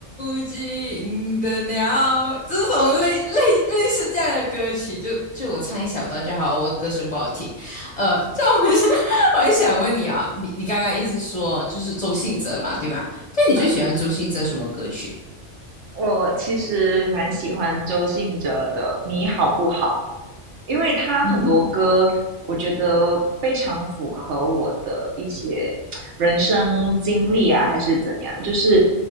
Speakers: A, on the left (about 40°); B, on the right (about 75°).
A: 禁的鸟，这种类类类似这样的歌曲，就就我唱一小段就好，我歌声不好听。呃，这我们是，我还想问你啊，你你刚刚一直说就是周信哲嘛，对吧？那你最喜欢周信哲什么歌曲？
B: 嗯我其实蛮喜欢周信哲的《你好不好》，因为他很多歌，
A: 嗯，
B: 我觉得非常符合我的一些人生经历啊，还是怎样。就是